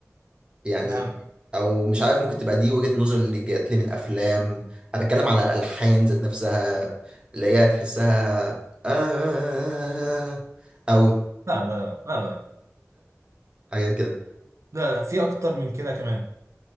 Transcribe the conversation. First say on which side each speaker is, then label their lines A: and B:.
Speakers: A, on the right (about 20°); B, on the right (about 70°).
A: يعني
B: نعم
A: او مش عارف ممكن تبقى دي وجهة نظر اللي جات لي من افلام انا بتكلم على الالحان ذات نفسها اللي هي تحسها آه او
B: لا لا لا لا لا,
A: حاجات كده
B: لا, لا, لا في اكتر من كده كمان